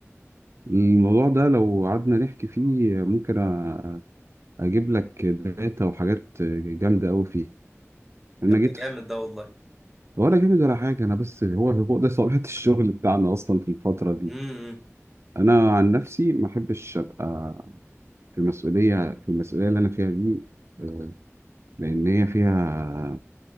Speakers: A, on the right (about 60°); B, in the centre.
A: الموضوع ده لو قعدنا نحكي فيه ممكن أ- أجيب لك داتا وحاجات جامدة أوي فيه. انا
B: طب
A: جيت
B: ده جامد ده والله
A: ولا جامد ولا حاجة أنا بس هو هو ده طبيعة <laughs> الشغل بتاعنا أصلا في الفترة دي
B: امم
A: أنا عن نفسي ما أحبش أبقى في مسؤولية في المسؤولية اللي أنا فيها دي آه، لأن هي فيها